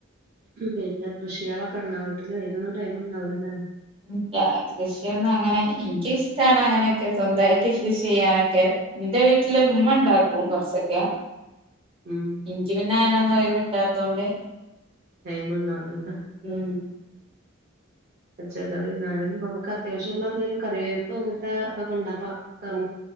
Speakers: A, on the right; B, on the right.
A: പിന്നെ കൃഷികളൊക്കെ ഉണ്ടാ വീട്ടില് അയിയൊന്നും ടൈം ഉണ്ടാവില്ലല്ലോ.
B: ഇല്ല കൃഷിയൊന്നും അങ്ങനെ എനിക്കിഷ്ടാണ് അങ്ങനെയൊക്കെ സ്വന്തയായിട്ട് കൃഷി ചെയ്യാനൊക്കെ എന്റെ വീട്ടിലുമ്മയുണ്ടാക്കും കൊറച്ചൊക്കെ.
A: ഉം
B: എനിക്ക് പിന്നെ അയിന ഒഴിവു കിട്ടാത്തോണ്ട്.
A: ടൈം ഉണ്ടാവുല്ലല്ലേ.
B: ഉം
A: പച്ചക്കറിയെന്നാലും നമുക്ക്. അത്യാവശ്യമുള്ള എന്തേലും കറിവേപ്പ് അങ്ങനെത്തെ ഇതൊക്കെണ്ടപ്പ കറി